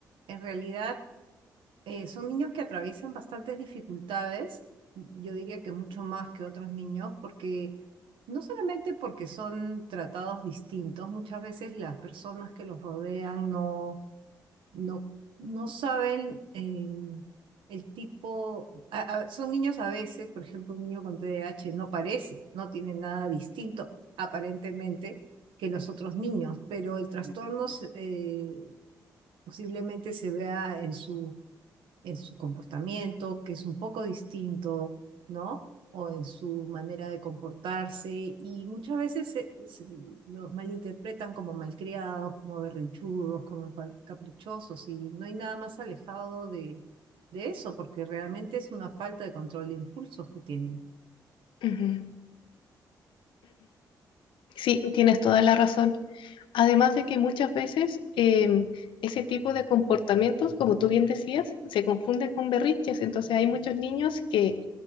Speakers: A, on the right; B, on the left.
A: en realidad eh, son niños que atraviesan bastantes dificultades, yo diría que mucho más que otros niños porque... No solamente porque son tratados distintos, muchas veces las personas que los rodean no, no, no saben eh, el tipo, a- a- son niños a veces, por ejemplo, un niño con TDAH no parece, no tiene nada distinto aparentemente que los otros niños, pero el trastorno se- eh, posiblemente se vea en su en su comportamiento, que es un poco distinto, ¿no? O en su manera de comportarse. Y muchas veces se- se los malinterpretan como malcriados, como berrinchudos, como pa- caprichosos. Y no hay nada más alejado de, de eso, porque realmente es una falta de control de impulsos que tienen.
B: Ujú. Sí, tienes toda la razón. Además de que muchas veces em, ese tipo de comportamientos, como tú bien decías, se confunde con berrinches. Entonces hay muchos niños que